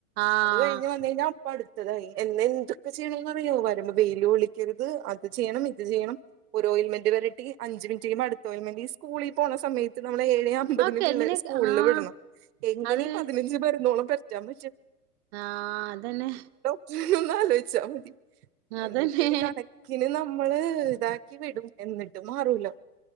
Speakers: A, on the right; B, on the right.
A: ആഹ്
B: അത് കഴിഞ്ഞ് വന്ന ഴിഞ്ഞാ പ്പം അടുത്തതായി എന്നെ എന്തൊക്കെ ചെയ്യണേന്ന്റിയോ വരുമ്പോ വെയില് കൊളിക്കരുത് അത് ചെയ്യണം ഇത് ചെയ്യണം ഒരു ഓയിൽമെന്റ് പരട്ടി അഞ്ച് മിനിറ്റ്ഴിമ്പ അടുത്ത ഓയിമെന്റ് സ്കൂളി പോണ സമയത്ത് നമ്മള് ഏഴേ അമ്പതിന്
A: അതൊക്കെ
B: പിള്ളേ
A: എങ്ങനെ
B: രെ സ്കൂള്
A: ആഹ്
B: വിടണം എങ്ങനെ
A: അത്
B: ഈ പതിനഞ്ച് മരുന്നോളം പരറ്റാൻ പറ്റ
A: ആഹ് അതന്നെ
B: ജ് ഒന്ന് ആലോയിച്ചാ മതി
A: അതന്നെ
B: എന്നിട്ടരു കണക്കിന് ന നമ്മള് ഇതാക്കി വിടും എന്നിട്ട് മാറൂലോ